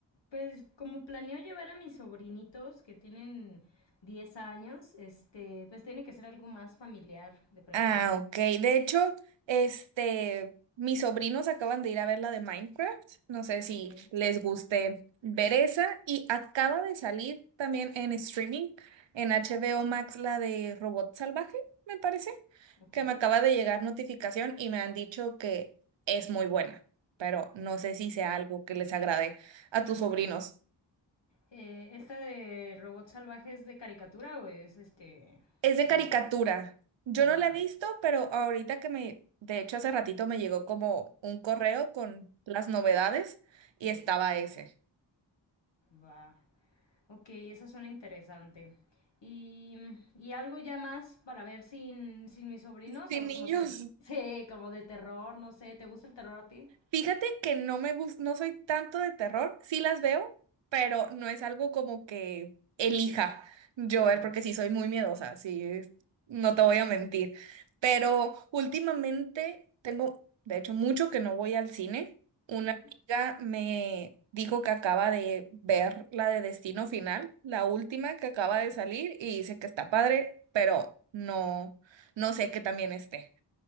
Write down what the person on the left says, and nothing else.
Pues como planeo llevar a mis sobrinitos que tienen 10 años, este, pues tiene que ser algo más familiar de preferencia.
Ok,
ok,
ok.
Eh, ¿esta de robots salvajes de caricatura o es este
como...
Ah,
sí,
va. Ok, eso suena interesante. Y, y algo ya más para ver sin, sin mis sobrinos
o
como se... <laughs> Sí, como de terror, no sé. ¿Te gusta el terror a ti?
Sí.
Ujú.
Ah,